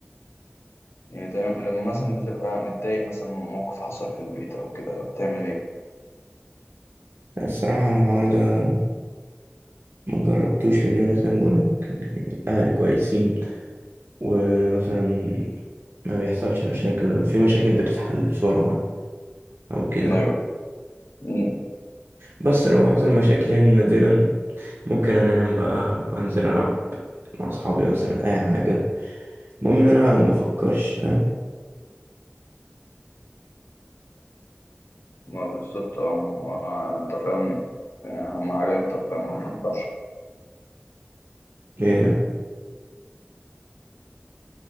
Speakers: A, on the left; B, on the right.
A: يعني دايما لما مثلا بتبقى متضايق مثلا من موقف حصل في البيت أو كده بتعمل إيه؟
B: الصراحة الحوار ده ما جربتوش لان انا زي ما بقولك الاهل كويسين ومثلا ما بيحصلش مشاكل في مشاكل بتتحل بسرعة او كده
A: أيوه أمم.
B: بس لو حصل مشاكل يعني نادرا ممكن انام بقى وانزل العب مع اصحابي مثلا اي حاجة المهم ان انا ما افكرش فاهم
A: ما بالظبط أه ما هو أنت فاهم يعني أهم حاجة أنت فاهم ما ينفعش
B: إيه،